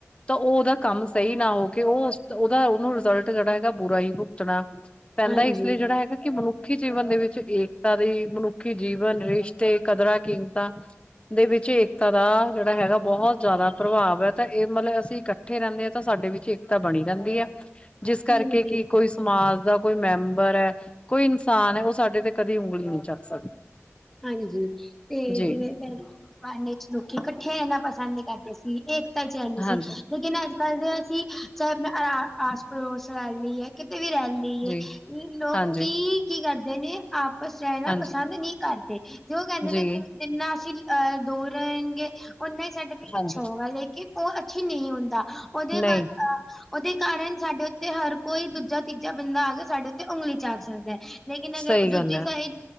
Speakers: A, on the left; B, in the centre.
A: ਤਾਂ ਉਹ ਉਹਦਾ ਕੰਮ ਸਹੀ ਨਾ ਹੋਵੇ ਕਿ ਉਹ ਉਹਦਾ ਉਹਨੂੰ ਰਿਜ਼ਲਟ ਜਿਹੜਾ ਹੈਗਾ ਬੁਰਾ ਹੀ ਭੁਗਤਣਾ ਪੈਂਦਾ,
B: ਹਾਂਜੀ
A: ਇਸ ਲਈ ਜਿਹੜਾ ਹੈਗਾ ਕਿ ਮਨੁੱਖੀ ਮਨੁੱਖੀ ਜੀਵਨ ਦੇ ਵਿੱਚ ਏਕਤਾ ਦੀ, ਮਨੁੱਖੀ ਜੀਵਨ ਰਿਸ਼ਤੇ, ਕਦਰਾਂ, ਕੀਮਤਾਂ ਦੇ ਵਿੱਚ ਏਕਤਾ ਦਾ ਜਿਹੜਾ ਹੈਗਾ, ਬਹੁਤ ਜ਼ਿਆਦਾ ਪ੍ਰਭਾਵ ਹੈ। ਤਾਂ ਇਹ ਮਤਲਬ ਅਸੀਂ ਇਕੱ ਉੱਠੇ ਰਹਿੰਦੇ ਆ, ਤਾਂ ਸਾਡੇ ਵਿੱਚ ਏਕਤਾ ਬਣੀ ਰਹਿੰਦੀ ਹੈ ਜਿਸ ਕਰਕੇ
B: ਹਮ ਜੀ
A: ਕੀ ਕੋਈ ਸਮਾਜ ਦਾ ਕੋਈ ਮੈਂਬਰ ਹੈ, ਕੋਈ ਇਨਸਾਨ ਹੈ, ਉਹ ਸਾਡੇ ਤੇ ਕਦੇ ਉਂਗਲੀ ਨਹੀਂ ਚੱਕ ਸਕਦਾ।
B: ਹਾਂਜੀ, ਤੇ
A: ਜੀ
B: ਜਿਵੇਂ <unintelligible> ਲੋਕੀ ਇਕੱਠੇ ਇਣਾ ਪਸੰਦ ਕਰਦੇ ਸੀ ਇਹ <unintelligible>
A: ਹਾਂਜੀ
B: ਲੇਕਿਨ ਅਜ ਕਰਦੇ ਹ, ਅਸੀਂ ਚਾਹੇ ਆਪਣਾ ਆਸ ਪੜੋਸ ਰੈ ਲੀ ਏ, ਕਿਤੇ ਵੀ ਰਹਿ
A: ਜੀ
B: ਏ ਲੋਕੀ
A: ਹਾਂਜੀ
B: ਕੀ ਕਰਦੇ ਨੇ, ਆਪਸ ਰਹਿਣਾ
A: ਹਾਂਜੀ
B: ਪਸੰਦ ਨਹੀਂ ਕਰਦੇ। ਤੇ ਉਹ ਕਹਿੰਦੇ
A: ਜੀ
B: ਨੇ, ਜਿੰਨਾ ਅਸੀਂ ਅਹ ਦੂਰ ਰਹਿਣਗੇ ਓਨਾਂ ਹੀ ਸਾਡੇ ਲਈ
A: ਹਾਂਜੀ
B: ਅੱਛਾ ਹੋਗਾ, ਲੇਕਿਨ ਉਹ ਅੱਛੀ ਨਹੀਂ ਹੁੰਦਾ ਉਹਦੇ
A: ਨਹੀਂ
B: ਉਹਦੇ ਕਾਰਨ ਸਾਡੇ ਉੱਤੇ ਹਰ ਕੋਈ ਦੂਜਾ-ਤੀਜਾ ਬੰਦਾ ਆਕੇ, ਸਾਡੇ ਉੱਤੇ ਉਂਗਲੀ ਚੱਕ ਸਕਦਾ। ਲੇਕਿਨ ਅਗਰ,
A: ਸਹੀ
B: ਦੂਜੀ
A: ਗੱਲ ਹੈ
B: ਸਾਈਡ,